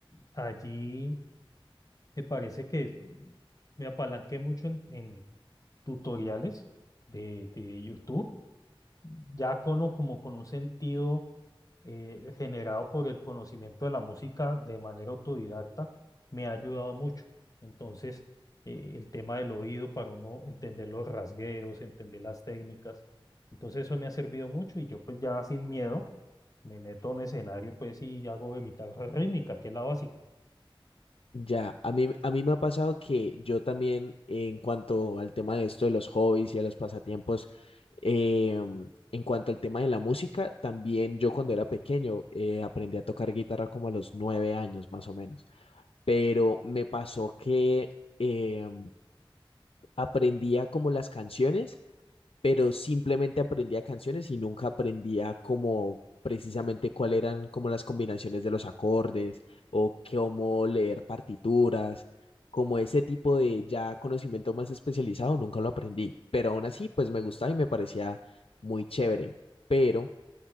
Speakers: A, on the left; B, on the left.
A: allí me parece que es- me apalanqué mucho en, en tutoriales de, de YouTube, ya con, o como con un sentido eh, generado por el conocimiento de la música de manera autodidacta, me ha ayudado mucho. Entonces, eh, el tema del oído para uno entender los rasgueos, entender las técnicas. Entonces, eso me ha servido mucho y yo pues ya sin miedo me meto en un escenario pues y hago de guitarra rítmica, que es la básica.
B: ya. A mí, a mí me ha pasado que yo también, en cuanto al tema de esto de los hobbies y de los pasatiempos, em, en cuanto al tema de la música, también yo cuando era pequeño eh, aprendí a tocar guitarra como a los nueve años, más o menos. pero me pasó que eh, aprendía como las canciones, pero simplemente aprendía canciones y nunca aprendía como precisamente cuáles eran como las combinaciones de los acordes o cómo leer partituras, como ese tipo de ya conocimiento más especializado, nunca lo aprendí, pero aún así pues me gustaba y me parecía muy chévere, pero